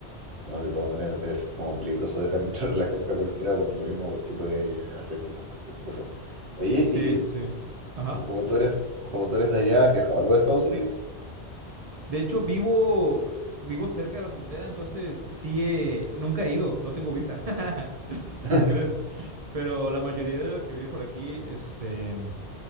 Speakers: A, on the right; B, on the right.
A: No, de todas maneras debe ser como peligroso dejar entrar a la gente a cualquiera por lo mismo, porque podía eh, hacer quizás cualquier cosa. Oye,
B: Sí,
A: y
B: sí, sí. Ajá.
A: como tú eres, como tú eres de allá, ¿has viajado a los Estados Unidos?
B: De hecho, vivo, vivo cerca de la frontera, entonces sí, eh, nunca he ido, no tengo visa. <laughs>
A: <laughs>
B: ¿Tú crees? Pero la mayoría de la que vive por aquí, este...